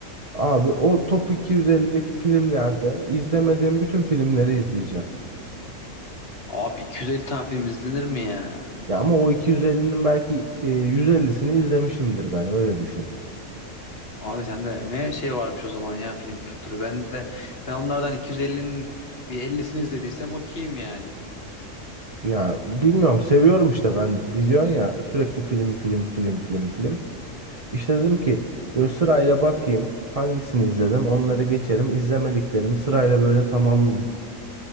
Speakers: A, on the right; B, on the left.
A: Abi o Top 250'deki filmlerden izlemediğim bütün filmleri izleyeceğim.
B: Abi 250 tane film izlenir mi ya?
A: Ya ama o 250'nin belki e, 150'sini izlemişimdir ben öyle düşün.
B: Abi sende ne şey varmış o zaman ya film kültürü. Ben de ben onlardan 250'nin bir 50'sini izlediysem okeyim yani.
A: Ya bilmiyorum seviyorum işte ben biliyorsun ya sürekli film film film film film. İşte dedim ki böyle sırayla bakayım hangisini izledim onları geçerim izlemediklerimi sırayla böyle tamamlayayım.